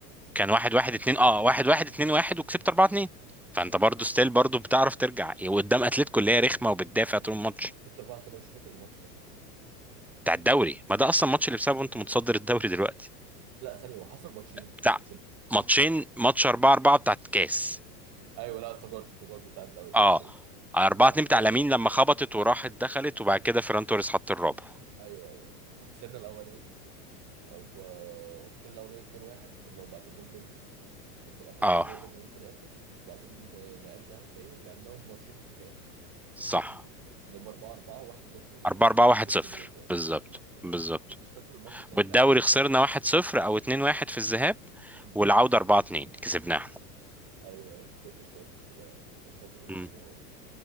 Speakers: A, in the centre; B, on the right.
A: كان 1-1 2 اه 1-1 2-1 وكسبت 4-2 فانت برضه ستيل برضه بتعرف ترجع وقدام اتلتيكو اللي هي رخمه وبتدافع طول الماتش
B: 6 4 2 مش فاكر الماتش ده
A: بتاع الدوري ما ده اصلا الماتش اللي بسببه انت متصدر الدوري دلوقتي
B: لا ثانيه هو حصل ماتشين
A: بتاع
B: كده
A: ماتشين ماتش 4-4 بتاع الكاس
B: ايوه لا افتكرت افتكرت بتاع الدوري
A: اه
B: ده التاني
A: 4-2
B: احنا خسرنا
A: بتاع لامين لما خبطت وراحت دخلت وبعد كده فيران توريس حط الرابع
B: ايوه ايوه احنا خسرنا الاولاني و- خسرنا الاولاني 2 1 اللي هو بعد جون بدري وفي الاخر
A: اه
B: جابوا هو جولين في الاخر وبعدين آه، لعبناهم تاني ولعبناهم ماتشين في الكاس
A: صح
B: اللي هم 4 4 1 0 هناك
A: 4
B: في المتروبوليتان
A: 4 1 0 بالظبط بالظبط
B: ايوه كنتش فاكر الماتش التاني
A: والدوري
B: بتاع الدوري
A: خسرنا
B: ده
A: 1-0 او 2-1 في الذهاب
B: مم.
A: والعودة 4-2 كسبناها
B: ايوه ايوه ما كنتش فاكر ال- ما كنتش فاكر الماتش
A: مم.
B: ده خالص